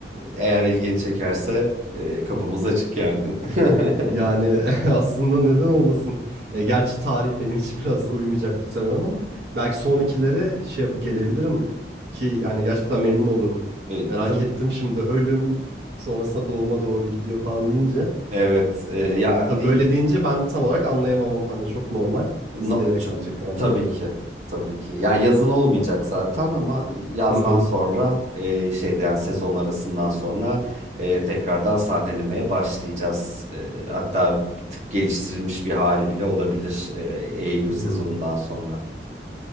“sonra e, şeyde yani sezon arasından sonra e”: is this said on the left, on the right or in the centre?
Right